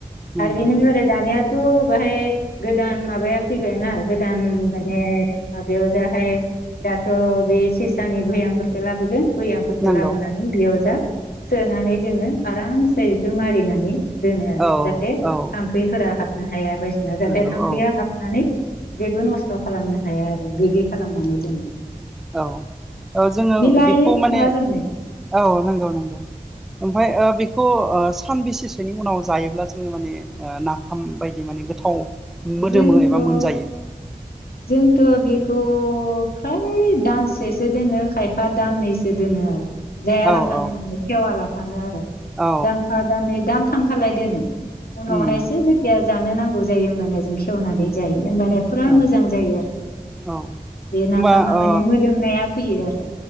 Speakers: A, in the centre; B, on the left.
A: नंगौ
B: आरो बिनिबालाय
A: नंगौ
B: दानियाथ' बाहाय गोदान माबाया फैबाय ना गोदान माने माबायाव जाहाय दाथ' बे सेसानि भैयामफोरखौ लाबोगोन। बैयामफोरखौ
A: नंगौ
B: लाबोनानै बेयाव जा सोनानै जोङो आरामसे बेखौ मारिनानै दोनो आरो
A: औ
B: जाहाथे
A: औ
B: थाम्फैफोरा हाबनो हाया बायदिसिना जाहाथे
A: नंगौ
B: थाम्फैया
A: औ
B: हाब माने जेबो नस्थ' खालामनो हाया आरो बिदि खालामनानै जोङो
A: औ औ जोङो
B: मिलायो
A: बेखौ माने
B: नङा जोंनो
A: औ नंगौ नंगौ ओमफफ्राय ओ बेखौ ओ सान बेसेसोनि उनाव जायोब्ला जोङो माने नाफाम बायदि माने गोथाव मोदोमो
B: जोंथ'
A: एबा मोनजायो?
B: जोंथ' बेखौ फ्राय दानसेसो दोनो खायफा दाननैसो दोनो आरो जायालाफानो
A: औ औ
B: माने हेवालाफानो आरो
A: औ
B: दानफा दाननै दानथामखलाय दोनो। उनावहायसो
A: उम
B: जेथिया जानो नांगौ जायो होमबानया जों खेवनानै
A: नंगौ
B: जायो होमबानया फुरा
A: औ
B: मोजां जायो आरोखि
A: औ
B: बे नाफामा
A: होमबा ओ
B: माने मोदोमनाया फैयो आरो